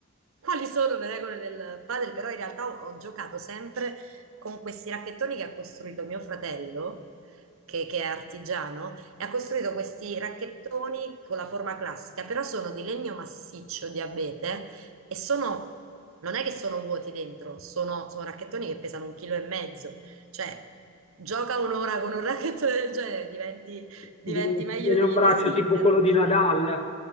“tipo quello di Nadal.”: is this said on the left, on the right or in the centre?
Left